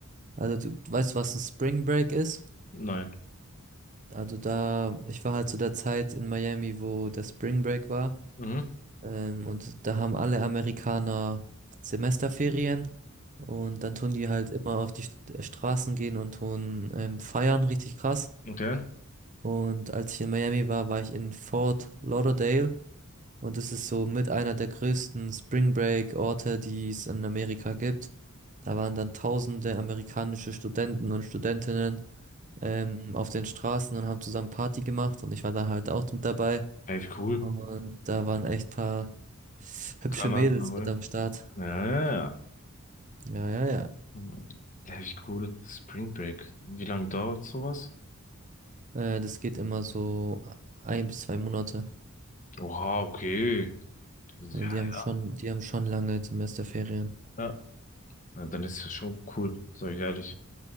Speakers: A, on the right; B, on the left.
A: Also du weißt, was ein Spring Break ist?
B: Nein.
A: Also da, ich war halt zu der Zeit in Miami, wo der Spring Break war.
B: Mhm.
A: Ähm, und da haben alle Amerikaner Semesterferien. Und dann tun die halt immer auf die St- äh, Straßen gehen und tun ähm, feiern, richtig krass.
B: Okay.
A: Und als ich in Miami war, war ich in Fort Lauderdale. Und es ist so mit einer der größten Spring Break Orte, die es in Amerika gibt. Da waren dann tausende amerikanische Studenten und Studentinnen ähm, auf den Straßen und haben zusammen Party gemacht. Und ich war da halt auch mit dabei.
B: Ey, wie cool.
A: Und da waren echt paar hübsche
B: Granaten,
A: Mädels
B: aber.
A: mit am Start.
B: Ja, ja, ja.
A: Ja, ja, ja.
B: Mhm. Ja, wie cool. Spring Break. Wie lange dauert sowas?
A: Äh, das geht immer so ein bis zwei Monate.
B: Oha, okay. Ja,
A: Also die haben
B: ja.
A: schon, die haben schon lange Semesterferien.
B: Ja. Ja, dann ist ja schon cool, sag ich ehrlich.